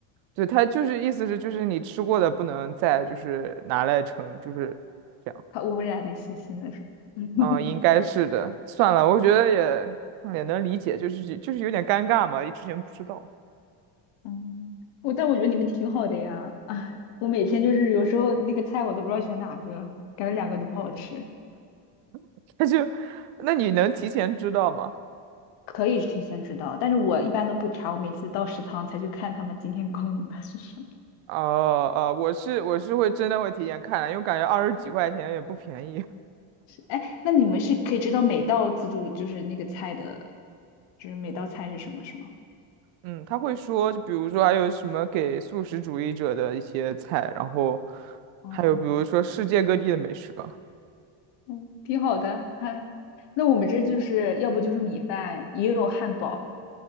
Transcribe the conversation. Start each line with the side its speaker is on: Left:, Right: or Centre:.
Right: 对他就是意思是就是你吃过的不能再就是拿来盛，就是。这样。
Left: 怕污染那些新的什么。<laughs>
Right: 嗯，应该是的。算了，我觉得也也能理解，就是就是有点尴尬嘛，之前不知道。
Left: 嗯，我但我觉得你们挺好的呀。哎，我每天就是有时候那个菜我都不知道选哪个，感觉两个都不好吃。
Right: <laughs> 那就，那你能提前知道吗？
Left: 可以提前知道，但是我一般都不查，我每次到食堂才去看他们今天供应的是什么。
Right: 哦哦，我是我是会真的会提前看的因为感觉二十几块钱也不便宜。<laughs>
Left: 哎，那你们是可以知道每道自助就是那个菜的，就是每道菜是什么，是吗？
Right: 嗯，他会说，就比如说还有什么给素食主义者的一些菜，然后
Left: 哦，
Right: 还有比如说世界各地的美食吧。
Left: 嗯，挺好的。哎，那我们这就是要不就是米饭，也有汉堡，